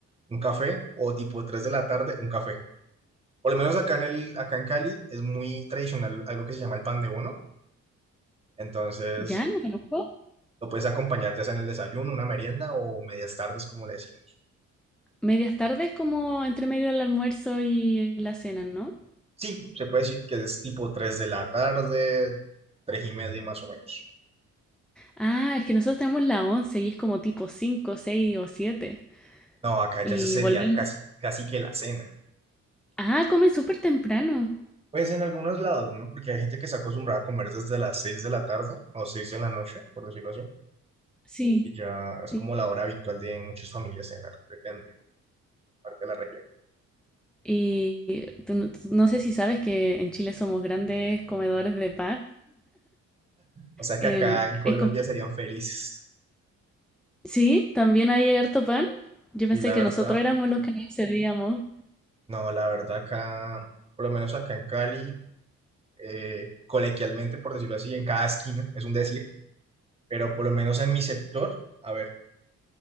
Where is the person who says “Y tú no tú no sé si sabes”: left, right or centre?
Centre